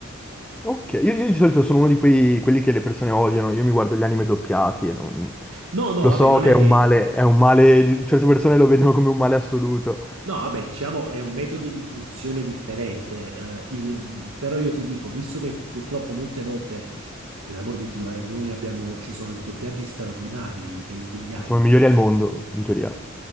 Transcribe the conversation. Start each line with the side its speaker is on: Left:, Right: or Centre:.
Centre: Ok, io, io di solito sono uno di quei, quelli che le persone odiano, io mi guardo gli anime doppiati e non...
Right: No, no,
Centre: Lo
Right: vabbè,
Centre: so
Right: non
Centre: che
Right: è che
Centre: è un male, è un male, di- certe persone lo vedono come un male assoluto,
Right: No, vabbè, diciamo è un metodo di fruizione differente, eh, il- però io ti dico, visto che purtroppo molte volte, per l'amor di Dio, eh, noi abbiamo, ci sono dei doppiaggi straordinari dei- degli anime,
Centre: ma siamo i migliori al mondo, in teoria,